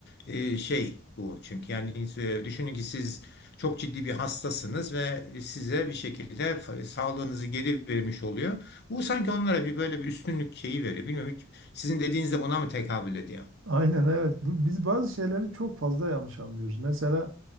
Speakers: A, on the left; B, on the right.
A: e, şey bu çünkü yani e, düşünün ki siz çok ciddi bir hastasınız ve size bir şekilde fa- sağlığınızı geri vermiş oluyor. Bu sanki onlara bir böyle bir üstünlük şeyi veriyor. Bilmiyorum hiç sizin dediğiniz de buna mı tekabül ediyor?
B: Aynen evet. Bu- Biz bazı şeyleri çok fazla yanlış anlıyoruz. Mesela